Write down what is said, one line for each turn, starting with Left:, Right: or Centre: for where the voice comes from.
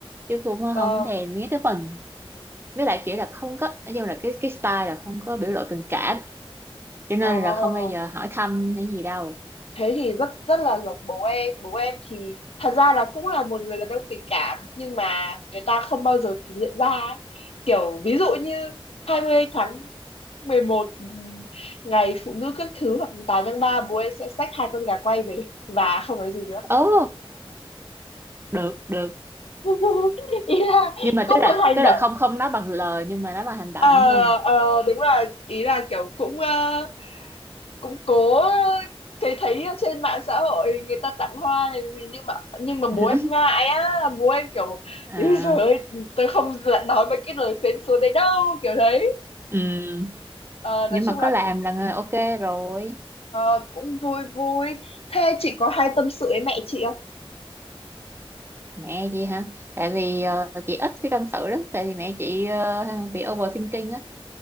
Right: chứ cũng
Left: vâng
Right: không thèm nghĩ tới mình với lại kiểu là không có nói chung là cái cái style là không có biểu lộ tình cảm cho nên
Left: ờ
Right: là không bao giờ hỏi thăm hay gì đâu
Left: thế thì rất rất là giống bố em bố em thì thật ra là cũng là một người đàn ông tình cảm nhưng mà người ta không bao giờ thể hiện ra ấy. kiểu ví dụ như 20 tháng 11 ừ, ngày phụ nữ các thứ hoặc 8 tháng 3 bố em sẽ xách hai con gà quay về và không nói gì nữa
Right: ồ được được
Left: <laughs> ý là
Right: nhưng mà
Left: cũng
Right: tức là
Left: một hành
Right: tức
Left: động
Right: là không không nói bằng lời nhưng mà nói bằng hành động
Left: ờ
Right: đúng không
Left: ờ đúng là ý là kiểu cũng ờ, cũng cố thấy thấy ở trên mạng xã hội người ta tặng hoa này gì nhưng mà nhưng mà
Right: <laughs>
Left: bố em ngại á bố em kiểu
Right: à
Left: "Ý giời ơi tôi không dạ- nói mấy cái lời phến xúa đấy đâu kiểu đấy
Right: ừ
Left: Ờ,
Right: nhưng
Left: nói chung
Right: mà
Left: là
Right: có làm
Left: cũng
Right: là ok rồi
Left: ờ, cũng vui vui thế chị có hay tâm sự với mẹ chị không
Right: mẹ chị hả tại vì ờ, chị ít khi tâm sự lắm tại vì mẹ chị ờ, bị overthinking á